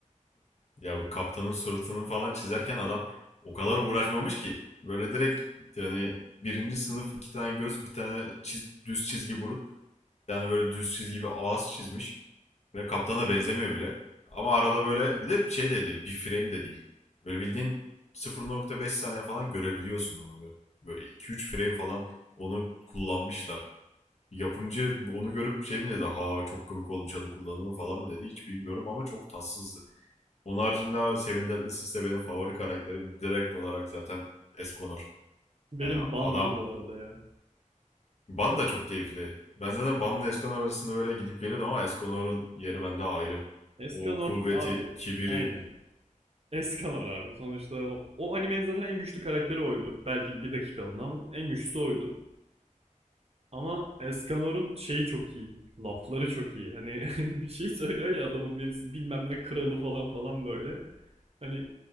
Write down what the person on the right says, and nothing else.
Benim
bandı
bu arada ya.
Eskanor
abi
aynen Eskamar abi. Sonuçta o, o animenin zaten en güçlü karakteri oydu. Belki bir dakikalığına ama en güçlüsü oydu. Ama Eskanor'un şeyi çok iyi. Lafları çok iyi. Hani <laughs> bir şey söylüyor ya adamın birisi bilmem ne kralı falan falan böyle. Hani